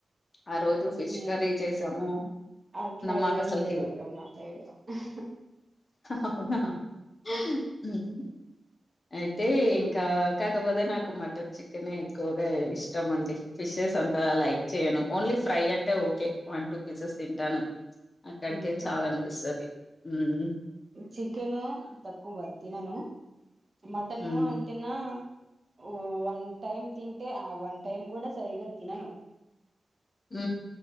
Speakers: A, on the left; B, on the right.
A: ఆ రోజు ఫిష్
B: ఏం
A: కర్రీ చేసాము.
B: అట్లా
A: మాకు
B: ఏం
A: అసలుకి
B: లేవక్క నా సైడ్ ఆహ్.
A: అవునా ఆహ్ ఉమ్ అయి అయితే ఇంకా కాకపోతే నాకు మటన్ చికెనే ఎక్కువగా ఇష్టం అండి ఫిషెస్ అంత. లైక్ చేయను ఓన్లీ ఫ్రై అంటే ఓకే వన్ టూ పీసెస్ తింటాను. అక్కడికే
B: ఉమ్.
A: చాలు అనిపిస్తది ఉమ్.
B: చికెను తక్కువే తినను మటన్
A: మ్మ్
B: అంటేన్నా. ఆ వన్ టైమ్ తింటే ఆ వన్ టైమ్ కూడా సరిగా తినను
A: ఉ